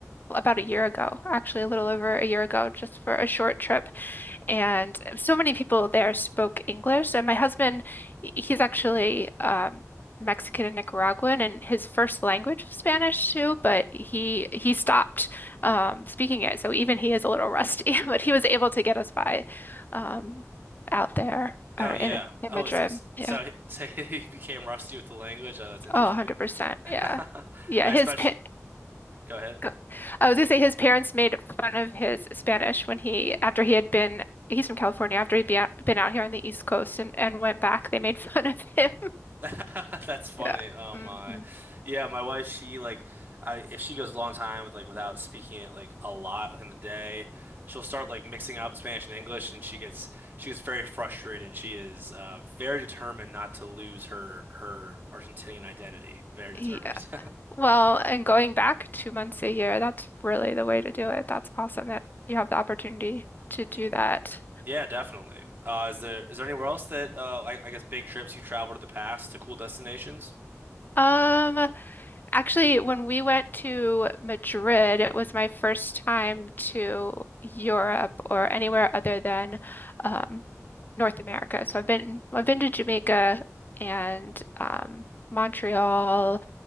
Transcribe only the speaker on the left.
about a year ago, actually a little over a year ago, just for a short trip. And so many people there spoke English. And my husband, he's actually um, Mexican and Nicaraguan, and his first language was Spanish too, but he he stopped um, speaking it. So even he is a little rusty, <laughs> but he was able to get us by um, out there
or
in, in
Madrid.
Yeah.
Oh, 100%.
Yeah. Yeah.
His
pa-
Go- I was gonna say his parents made fun of his Spanish when he, after he had been, he's from California, after he'd be out, been out here on the East Coast and, and went back, they made <laughs> fun of him. <laughs>
Yeah.
hmm
Yeah. Well, and going back two months a year, that's really the way to do it. That's awesome that you have the opportunity
to do
that.
Um, Actually, when we went to Madrid, it was my first time to Europe or anywhere other than um, North America. So I've been I've been to Jamaica and um, Montreal.